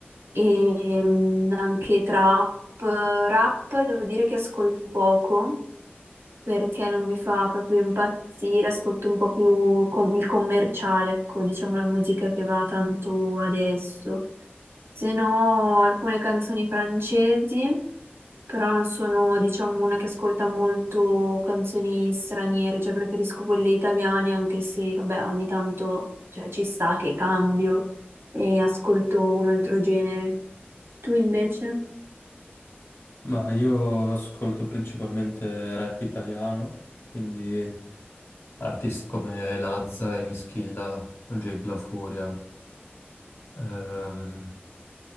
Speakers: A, on the right (about 75°); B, on the left (about 70°).
A: e mm, anche trap. Rap devo dire che ascolto poco perché non mi fa proprio impazzire, ascolto un po' più com- il commerciale, ecco, diciamo la musica che va tanto adesso. Se no, alcune canzoni francesi, però non sono, diciamo, una che ascolta molto canzoni straniere, cioè preferisco quelle italiane, anche se, vabbè, ogni tanto, cioè, ci sta che cambio e ascolto un altro genere. Tu invece?
B: Ma io ascolto principalmente rap italiano, quindi artisti come Lazza e Mischilla, Jake La Furia. Ehm,